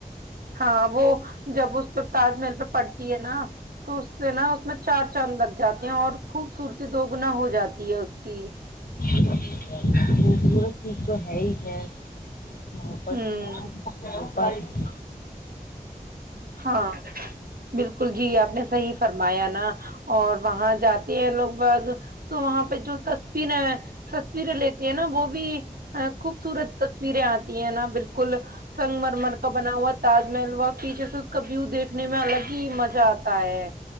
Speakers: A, on the right (about 80°); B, on the left (about 75°).
A: ہاں وہ جب اس پہ تاج محل پہ پڑتی ہے نا تو اس سے نا اس میں چار چاند لگ جاتے ہیں اور خوبصورتی دوگنا ہو جاتی ہے اس کی
B: سورج کی <unintelligible> اس کو ہے ہی ہے محبت
A: ہوں
B: کی بند
A: ہاں بالکل جی آپ نے صحیح فرمایا نا اور وہاں جاتے ہیں لوگ بگ تو وہاں پہ جو تصویر تصویریں لیتی ہیں نا وہ بھی خوبصورت تصویریں آتی ہیں نا بالکل بالکل سنگ مر مر کا بنا ہوا تھا تاج محل وا فیچر سے اس کا ویو دیکھ دیکھنے میں الگ ہی مزہ آتا ہے